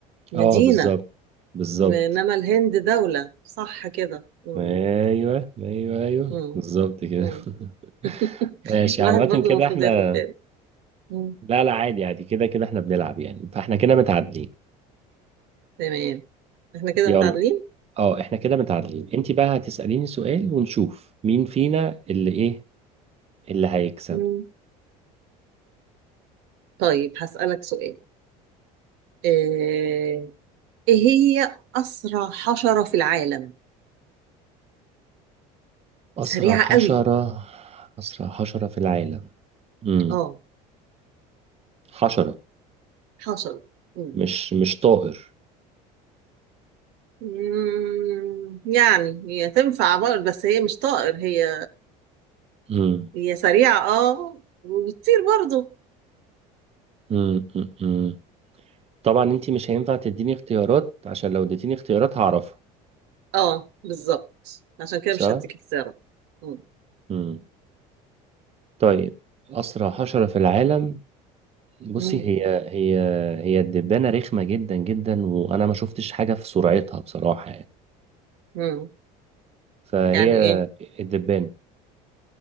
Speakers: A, on the right; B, on the right.
A: مدينة
B: اه بالظبط بالظبط
A: انما الهند دولة صح كده مم.
B: ايوه ايوه ايوه
A: مم.
B: بالظبط كده
A: مم. <laughs>
B: <laughs> ماشي
A: الواحد
B: عامة
A: برضو
B: كده
A: المفروض
B: احنا
A: ياخد باله مم.
B: لا لا عادي عادي كده كده احنا بنلعب يعني فاحنا كده متعادلين
A: تمام احنا كده
B: يلا
A: متعادلين
B: اه احنا كده متعادلين
A: مم.
B: انت بقى هتسأليني سؤال ونشوف مين فينا اللي ايه اللي هيكسب
A: مم. طيب هسألك سؤال آه، ايه هي اسرع حشرة في العالم
B: اسرع
A: سريعة
B: حشرة
A: قوي
B: اسرع حشرة في العالم امم
A: اه
B: حشرة
A: حشرة مم.
B: مش مش طائر
A: مم، يعني هي تنفع برضه بس هي مش طائر هي
B: امم
A: هي سريعة اه وبتطير برضه
B: امم امم طبعا انت مش هينفع تديني اختيارات عشان لو اديتيني اختيارات هعرفها
A: اه بالظبط عشان كده
B: صح
A: مش هديك اختيارات مم.
B: امم طيب اسرع حشرة في العالم بصي
A: مم.
B: هي هي هي الدبانة رخمة جدا جدا وأنا ما شفتش حاجة في سرعتها بصراحة يعني
A: مم.
B: فهي
A: يعني ايه
B: الدبانة